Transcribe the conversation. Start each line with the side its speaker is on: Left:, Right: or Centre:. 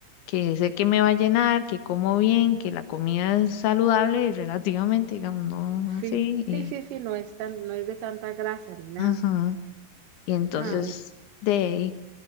Left: que sé que me va a llenar, que como bien, que la comida es saludable <laughs> relativamente, digamos, no
Right: sí,
Left: así. Y,
Right: sí, sí, sí, no es tan, no es de tanta grasa ni nada.
Left: ujú. Y entonces
Right: A ver,
Left: de ahí,